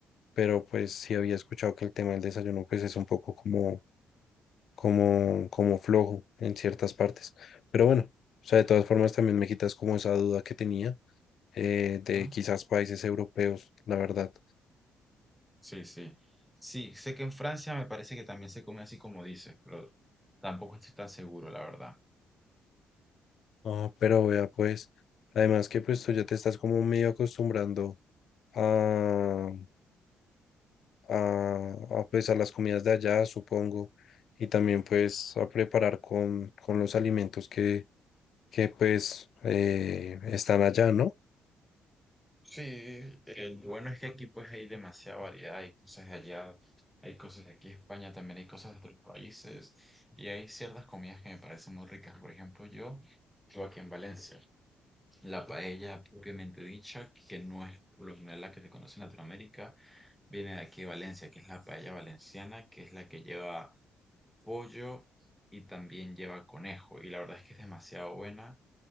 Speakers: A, on the left; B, in the centre.
A: pero pues sí había escuchado que el tema del desayuno pues es un poco como como, como flojo en ciertas partes. Pero bueno, o sea, de todas formas también me quitas como esa duda que tenía eh, de
B: ujú.
A: quizás países europeos, la verdad.
B: Sí, sí. Sí, sé que en Francia me parece que también se come así como dices, pero tampoco estoy tan seguro, la verdad.
A: Ah, pero vea, pues, además que pues tú ya te estás como medio acostumbrando a, a, a, pues a las comidas de allá, supongo, y también pues a preparar con, con los alimentos que, que pues eh, están allá, ¿no?
B: Sí, el bueno es que aquí pues hay demasiada variedad, hay cosas de allá, hay cosas de aquí, de España también hay cosas de otros países y hay ciertas comidas que me parecen muy ricas. Por ejemplo, yo vivo aquí en Valencia, la paella propiamente dicha, que no es por lo general la que se conoce en Latinoamérica, viene de aquí de Valencia, que es la paella valenciana, que es la que lleva pollo y también lleva conejo y la verdad es que es demasiado buena.